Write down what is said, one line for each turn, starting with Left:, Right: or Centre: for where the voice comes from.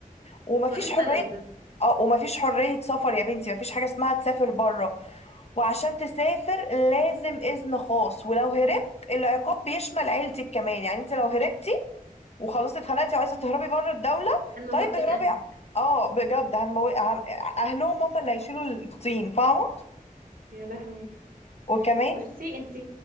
Left: ومفيش
Right: وايه الملل
Left: حريه
Right: ده
Left: اه ومفيش حريه سفر يا بنتي مفيش حاجه اسمها تسافر بره وعشان تسافر لازم اذن خاص ولو هربت العقاب بيشمل عيلتك كمان يعني انت لو هربتي وخلاص اتخنقتي وعايزه تهربي بره الدوله
Right: هنموت
Left: طيب اهربي
Right: لك اهلك
Left: اه بجد هنمو... هن... اهلهم هم اللي هيشيلوا الطين فاهمه
Right: يا لهوي
Left: وكمان
Right: بصي انتي